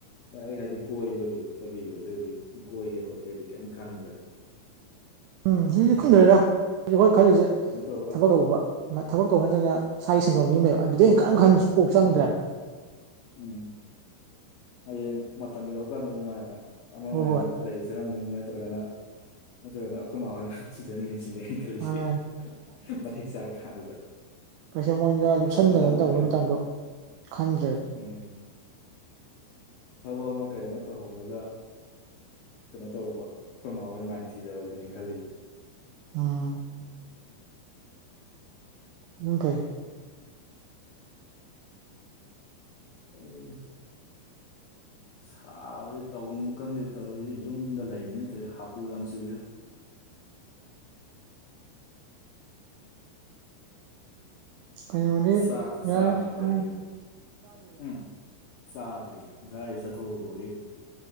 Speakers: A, on the left; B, on the right.
A: ꯂꯥꯏ ꯍꯥꯏꯗꯤ ꯀꯣꯏꯕꯒꯤ ꯈꯣꯠꯄꯒꯤ ꯍꯧꯖꯤꯛ ꯍꯧꯖꯤꯛ ꯀꯣꯏꯒꯦ ꯈꯣꯠꯀꯦꯗꯤ ꯀꯩꯝ ꯈꯟꯗ꯭ꯔꯦ
B: <unintelligible> ꯎꯝ ꯍꯧꯖꯤꯛꯖꯤꯛ
A: ꯍꯌꯦꯡ
B: ꯈꯨꯨꯝꯗꯔꯤꯦꯗ ꯍꯧ ꯑꯩꯈꯣꯏ ꯈꯜꯂꯤꯁꯦ
A: ꯀꯩꯅꯣ ꯇꯧꯔꯒ
B: ꯊꯕꯛ ꯇꯧꯕ ꯊꯕꯛ ꯇꯧꯕ ꯅꯠꯇ꯭ꯔꯅ ꯏꯁꯥꯒꯤ ꯁꯦꯟꯊꯣꯗ ꯂꯝꯕꯤ ꯑꯃꯥ ꯂꯩꯕ ꯑꯗꯨꯗꯩꯩ
A: ꯊꯕꯛ
B: ꯍꯦꯟ
A: ꯇꯧꯍꯧꯕ
B: ꯈꯟꯁꯨ ꯀꯣꯛ ꯆꯪꯗ꯭ꯔꯦꯕ
A: ꯎꯝ ꯎꯝ ꯍꯌꯦꯡ ꯃꯇꯝ ꯌꯧꯔꯀꯥꯟꯗ ꯑꯗꯨꯃꯥꯏꯅ ꯑꯃꯃꯥꯏꯅ
B: ꯍꯣꯏ ꯍꯣꯏ
A: ꯂꯩꯖꯔꯝꯒꯅꯤ ꯅꯠꯇ꯭ꯔꯒꯅ ꯅꯠꯇ꯭ꯔꯒꯅ ꯑꯩꯈꯣꯏꯃꯥꯡ ꯃꯣꯏ ꯃ ꯊꯤꯖꯅꯈꯤꯕꯅꯤ ꯁꯤꯅꯦ ꯈꯜꯂꯤꯁꯦ
B: ꯃꯥꯅꯤ ꯃꯥꯅꯤ
A: ꯃꯇꯤꯛ ꯆꯥꯔꯀꯥꯟꯗꯨꯗ
B: ꯀꯩꯁꯦ ꯃꯣꯏꯗ ꯂꯨꯞꯁꯟꯗꯗꯅ
A: ꯊꯕꯛ ꯑꯃ
B: ꯇꯧꯕꯩ
A: ꯀꯩ
B: ꯃꯇꯝꯗꯣ ꯈꯟꯗ꯭ꯔꯦꯕ
A: ꯎꯝ ꯊꯕꯛ ꯑꯃ ꯀꯩ ꯑꯃ ꯇꯧꯍꯧꯔꯒ ꯀꯩꯅꯣ ꯇꯧꯔꯛꯄ ꯑꯩꯈꯣꯏ ꯃꯥꯍꯣꯏ ꯃꯥꯏ ꯊꯤꯖꯕ ꯁꯤꯗ ꯈ
B: ꯎꯝ ꯎꯝ ꯐꯥꯏ
A: ꯑꯩ ꯁꯥꯎꯗꯤꯦ ꯇꯧꯝꯁꯨ ꯈꯪꯗꯦ ꯇꯧꯔꯤꯁꯦ ꯌꯨꯝꯗ ꯂꯩꯅꯦ ꯇꯧꯦ ꯍꯥꯄꯨ ꯌꯥꯝ ꯆꯨꯏꯔ
B: ꯀꯩꯅꯕꯗꯤ
A: ꯆꯥꯛꯁꯨ
B: ꯌꯥꯏ
A: ꯆꯥꯗ꯭ꯔꯤ
B: ꯍꯥꯏ
A: ꯇꯧꯔꯤꯁꯦ ꯎꯝ ꯆꯥꯗ꯭ꯔꯤ ꯉꯁꯥꯏ ꯆꯠꯊꯣꯛꯕꯒꯤ